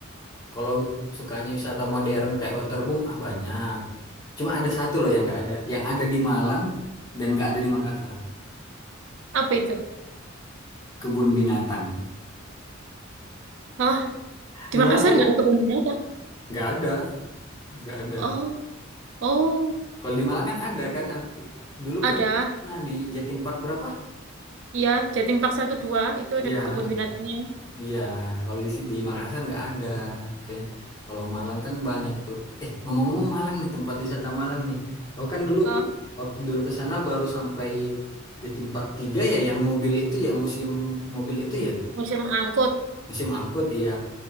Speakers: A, on the left; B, on the right.
A: Kalau sukanya wisata modern kayak waterboom ah, banyak. Cuma ada satu loh yang nggak ada, yang ada di Malang dan nggak ada di Makassar.
B: apa itu?
A: Kebun binatang.
B: Oh di
A: Di Malang
B: Makassar
A: kan
B: nggak ada kebun binatang.
A: nggak ada, nggak ada.
B: Oh oh
A: Kalau di Malang kan ada kan aku dulu
B: ada.
A: pernah di Jatim Park berapa?
B: Iya Jatim Park satu dua itu ada
A: Ya,
B: kebun binatangnya.
A: iya. Kalau di si- di Makassar nggak ada kayaknya. Kalau Malang kan banyak tuh. Eh, ngomong-ngomong Malang nih tempat wisata Malang nih. Aku kan dulu
B: Oh,
A: waktu dulu ke sana baru sampai Jatim Park tiga ya yang mobil itu ya museum mobil itu ya.
B: musim angkut.
A: Museum angkut ya.